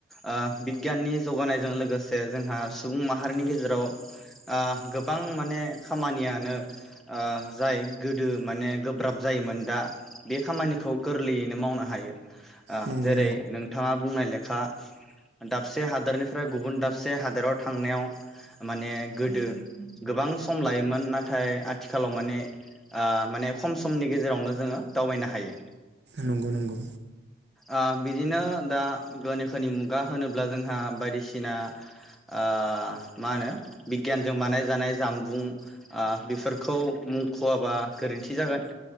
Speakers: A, in the centre; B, on the right.
A: ओ बिगियाननि जौगानायजों लोगोसे जोंहा सुबुं माहारिनि गेजेराव ओ गोबां माने खामानियानो ओ जाय गोदो माने गोब्राब जायोमोन दा बे खामानिखौ गोरलैयैनो मावनो हायो। ओ
B: नंगौ
A: जेरै
B: नंगौ
A: नोंथाङा बुंनाय लेखा दाबसे हादोरनिफ्राय गुबुन दाबसे हादोराव थांनायाव माने गोदो गोबां सम लायोमोन नाथाय आथिखालाव माने ओ माने खम समनि गेजेरावनो जोङो दावबायनो हायो।
B: नंगौ नंगौ।
A: ओ बिदिनो दा गोनोखोनि मुगा होनोब्ला जोंहा बायदिसिना ओ मा होनो बिगियानजों बानायजानाय जामबुं ओ बेफोरखौ मुंखवाबा गोरोन्थि जागोन।